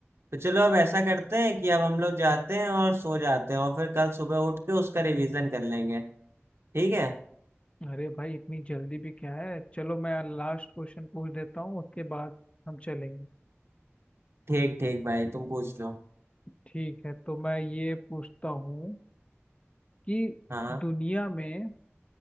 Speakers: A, on the right (about 65°); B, on the left (about 25°).
A: तो चलो अब ऐसा करते हैं कि अब हम लोग जाते हैं और सो जाते हैं और फिर कल सुबह उठ के उसका रिवीजन कर लेंगे ठीक है
B: अरे भाई इतनी जल्दी भी क्या है चलो मैं लास्ट क्वेश्चन पूछ देता हूँ उसके बाद हम चलेंगे
A: ठीक ठीक भाई तुम पूछ लो
B: ठीक है तो मैं ये पूछता हूँ कि
A: हाँ
B: दुनिया में